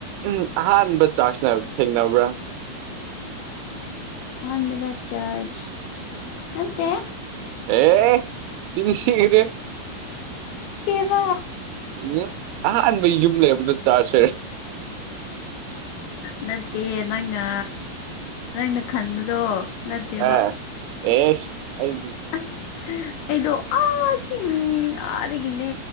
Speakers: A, on the right; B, on the left.
A: ꯎꯝ ꯑꯍꯥꯟꯕ ꯆꯥꯔꯖꯅ ꯊꯦꯡꯅꯕ꯭ꯔꯥ ꯫
B: ꯑꯍꯥꯟꯕꯥꯟꯕꯗ ꯆꯔꯆ ꯅꯠꯇꯦ
A: ꯑꯦ ꯆꯤꯟꯁꯤ ꯊꯤꯒꯅꯨ ꯫
B: ꯑꯔꯥ
A: ꯎ ꯑꯍꯥꯟꯕ ꯌꯨꯝ ꯂꯩꯕꯗ ꯆꯥꯔꯁꯦ
B: ꯅꯠꯇꯦ ꯅꯪꯅ ꯅꯪꯅ ꯈꯟꯕꯗꯣ ꯅꯠꯇꯦꯕ
A: ꯑ ꯌꯦꯁ ꯑꯩꯗꯤ
B: ꯑꯁ ꯑꯩꯗꯣ ꯑꯥ ꯆꯤꯡ ꯑꯥꯗꯒꯤꯅꯦ